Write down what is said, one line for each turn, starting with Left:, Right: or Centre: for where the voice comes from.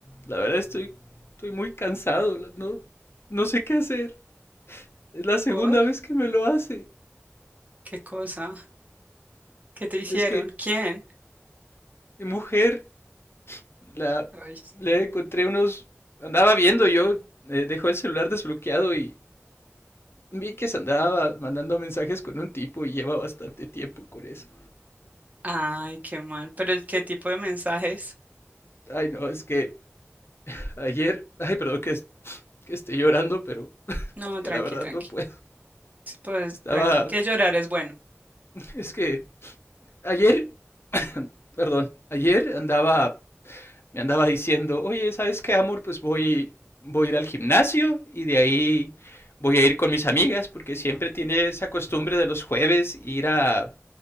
Left: La verdad estoy, estoy muy cansado, no, no sé qué hacer. Es la segunda
Right: ¿Por?
Left: vez que me lo hace.
Right: ¿Qué cosa? ¿Qué te hicieron?
Left: Es que
Right: ¿Quién?
Left: mi mujer, la,
Right: Ay,
Left: le encontré unos... Andaba viendo yo, eh, dejó el celular desbloqueado y vi que se andaba mandando mensajes con un tipo y lleva bastante tiempo con eso.
Right: ay, qué mal. ¿Pero qué tipo de mensajes?
Left: Ay, no, es que ayer, ay, perdón que, que esté llorando, pero es
Right: No,
Left: que
Right: tranqui,
Left: la verdad
Right: tranqui.
Left: no puedo.
Right: Pues
Left: Estaba,
Right: tranqui, que llorar es bueno.
Left: es que ayer, <coughs> perdón, ayer andaba me andaba diciendo, oye, ¿sabes qué, amor? Pues voy, voy a ir al gimnasio y de ahí voy a ir con mis amigas, porque siempre tiene esa costumbre de los jueves ir a,